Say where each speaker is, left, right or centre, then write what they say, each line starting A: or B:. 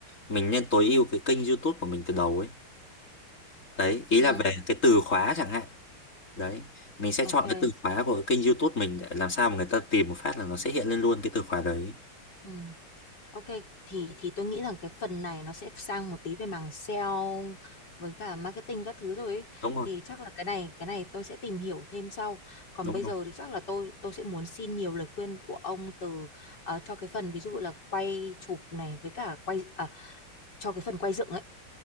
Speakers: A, on the left; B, on the left.
A: mình nên tối ưu cái kênh YouTube của mình từ đầu ấy đấy ý
B: ừ,
A: là về cái từ khóa chẳng hạn đấy mình sẽ
B: ok.
A: chọn cái từ khóa của cái kênh YouTube mình để làm sao mà người ta tìm một phát là nó sẽ hiện lên luôn cái từ khóa đấy
B: Ừ. Ok, thì thì tôi nghĩ rằng cái phần này nó sẽ sang một tí về mảng sale với cả marketing các thứ rồi ấy.
A: đúng rồi
B: Thì chắc là cái này cái này tôi sẽ tìm hiểu thêm sau. Còn
A: đúng
B: bây
A: rồi
B: giờ thì chắc là tôi tôi sẽ muốn xin nhiều lời khuyên của ông từ ờ, cho cái phần ví dụ là quay chụp này với cả quay à, cho cái phần quay dựng ấy.